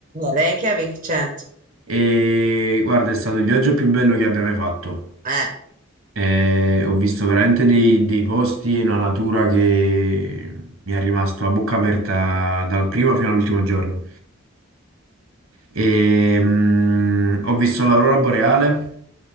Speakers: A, on the right (about 40°); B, on the right (about 80°).
A: A Reykjavik, certo.
B: e guarda, è stato il viaggio più bello che abbia mai fatto.
A: Eh,
B: E ho visto veramente dei, dei posti e una natura che mi è rimasto a bocca aperta dal primo fino all'ultimo giorno. E, mm, ho visto l'aurora boreale